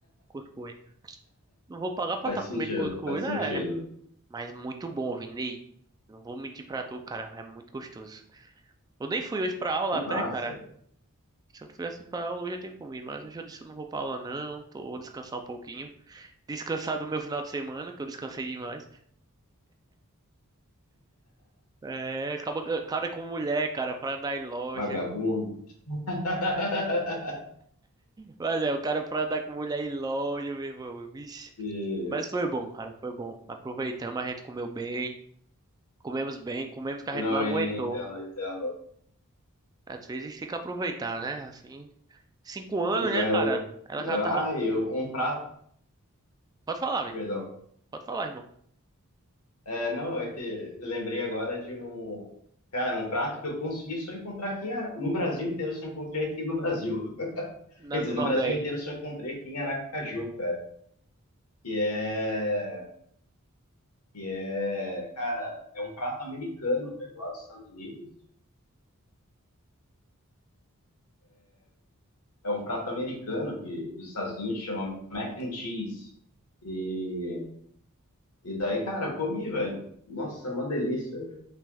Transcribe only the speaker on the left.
Faz
sentido,
faz
sentido.
que
massa.
Vagabundo. <laughs>
E...
Não,
eu entendo, eu entendo.
Pois
é,
eu.
Ah, eu... um prato,
perdão.
É, não, é que eu lembrei agora de um. Cara, um prato que eu consegui só encontrar aqui em Ara- no Brasil inteiro, só encontrei aqui no Brasil.
Quer dizer,
no Brasil inteiro só encontrei aqui em Aracaju, cara, que é que é, cara, é um prato americano, velho, lá dos Estados Unidos. É um prato americano que dos Estados Unidos chama mac and cheese. E, e daí, cara, eu comi, velho. Nossa, é uma delícia, velho.